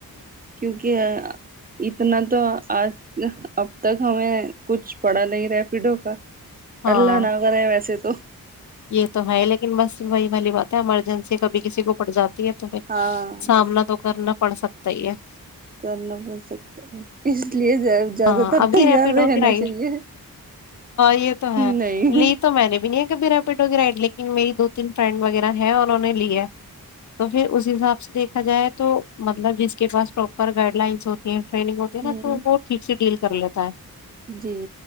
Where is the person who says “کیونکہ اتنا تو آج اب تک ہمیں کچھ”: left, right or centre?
Right